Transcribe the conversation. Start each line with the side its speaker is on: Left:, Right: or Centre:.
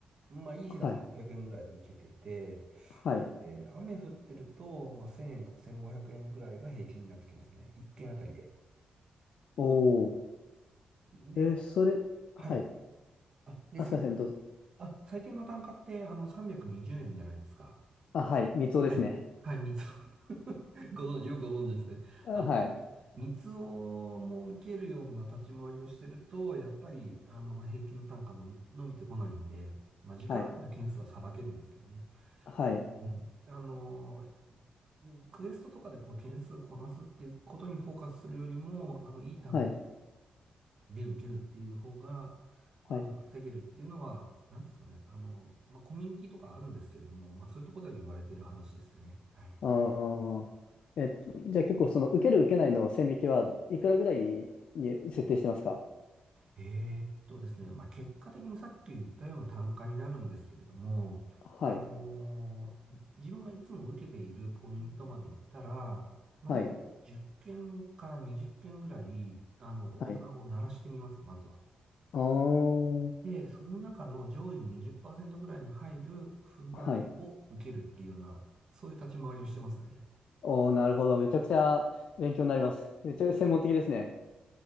Right: まあ、いい日だと800円ぐらいで受けてて、
Left: はい、はい。
Right: で、えー雨降ってると、まあ、1000円とか1500円ぐらいが平均になってきますね。1件あたりで。
Left: おお、
Right: で、
Left: えーそれ、
Right: あはい。
Left: はい。
Right: あ、で、
Left: あ、
Right: 最低、
Left: すいません、どうぞ。
Right: あ、最低の単価って、あの、320円じゅうえんじゃないですか。
Left: あ、はい、三つおですね。
Right: はい。はい、三つお <laughs> ご存知、よくご存知ですね。
Left: あ、
Right: あの、
Left: はい、
Right: 三つおも受けるような立ち回りをしてると、やっぱり、あの、平均の単価伸び、伸びてこないんで、まあ、時間ある件数はさばけるんですけどね。
Left: はい、はい、
Right: うん。あの、うんクエストとかでこう件数こなすっていうことにフォーカスするよりも、あの、いい単価
Left: はい、
Right: で受けるっていう方が、
Left: はい。
Right: あの、稼げるっていうのは、なんていうんですかね、あの、まあ、コミュニティとかあるんですけれども、まあ、そういうところでは言われてる話ですね。はい。
Left: ああ。え、じゃあ結構その受ける受けないの線引きはいくらぐらいに設定してますか
Right: えーっとですね、まあ、結果的にさっき言ったような単価になるんですけれども、
Left: はい。
Right: あの、自分がいつも受けているポイントまで行ったら、まあ、
Left: はい。
Right: まず10件から20件ぐらい、あの、
Left: はい。
Right: オーダーを鳴らしてみます、まずは。
Left: ああ。
Right: で、その中の上位20%くらいに入る分担を受けるっていうような、
Left: はい。
Right: そういう立ち回りをしてますね。
Left: おー、なるほど。めちゃくちゃ勉強になります。めっちゃ専門的ですね。